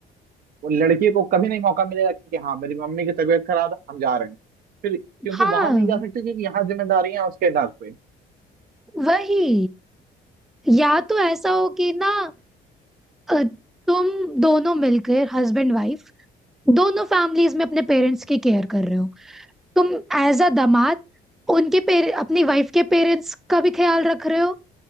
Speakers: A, on the right; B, in the centre.
A: वो लड़की को कभी नहीं मौका मिलेगा कि हाँ मेरी मम्मी की तबीयत खराब है हम जा रहे हैं फिर क्योंकि
B: हाँ
A: वहां नहीं जा सकते क्योंकि यहाँ जिम्मेदारियां हैं उसके इलाज पे
B: वही या तो ऐसा हो कि ना अ, तुम दोनों मिलकर हस्बैंड वाइफ दोनों फैमिलीज में अपने पेरेंट्स की केयर कर रहे हो तुम एज अ दामाद उनके पेर, अपनी वाइफ के पेरेंट्स का भी ख्याल रख रहे हो